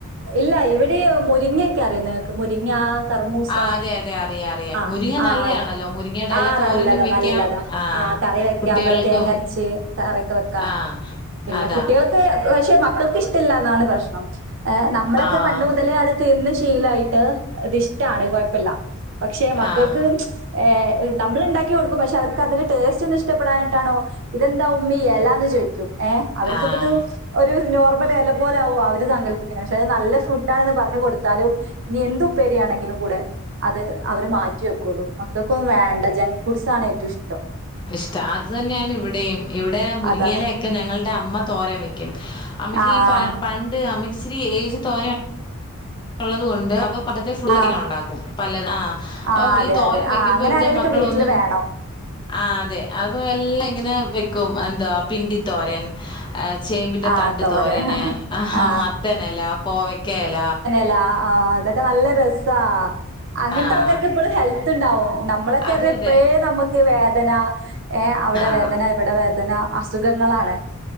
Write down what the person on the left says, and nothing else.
ആഹ് അതെ അതെ അറിയാം അറിയാം
മുരിങ്ങ
നല്ലയാണല്ലോ മുരിങ്ങയുടെ എല
തോരനും വെക്കാം
ആഹ്
കുട്ടികൾക്കും
ആഹ്
അതാ
ആഹ്
ആഹ്
ആഹ്
ഇഷ്ട അത് തന്നെയാണ് ഇവിടെയും ഇവിടെ മുരിങ്ങേല
ഒക്കെ ഞങ്ങടെ അമ്മ തോരൻ വെക്കും അമ്മയ്ക്കീ
പ പണ്ട് അമ്മക്ക് ഇച്ചിരി ഏജ് തോനെ ഉള്ളത് കൊണ്ട് അപ്പൊ പണ്ടത്തെ ഫുള്ളങ്ങനെണ്ടാക്കും
പലത ആ
ഓ വി
ഈ തോരൻ
വെക്കുമ്പോ
ഇവിടെ
മക്കളൊന്നും
ആ അതെ അപ്പ എല്ലാം ഇങ്ങനെ വെക്കും എന്താ പിണ്ടി തോരൻ ആ ചി ചേമ്പിന്റെ
തണ്ടു
തോരന് ആ
മത്തനെല കോവയ്ക്കെല
ആഹ്
അതെ
അതെ.
ആഹ്